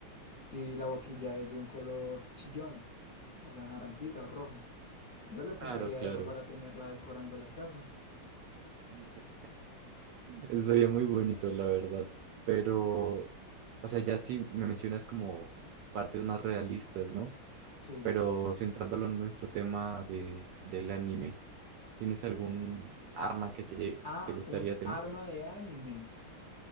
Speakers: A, on the left (about 55°); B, on the right (about 75°).
A: si la boquilla es de un color chillón, o sea, naranjita o rojo. Yo le pintaría
B: Claro, claro.
A: eso para tenerla decorando la casa.
B: <laughs> Eso sería muy bonito, la verdad. Pero, o sea, ya sí me mencionas como partes más realistas, ¿no?
A: Sí.
B: Pero centrándolo en nuestro tema de, del anime, ¿tienes algún arma que te,
A: Ah,
B: te gustaría
A: un
B: tener?
A: arma de anime.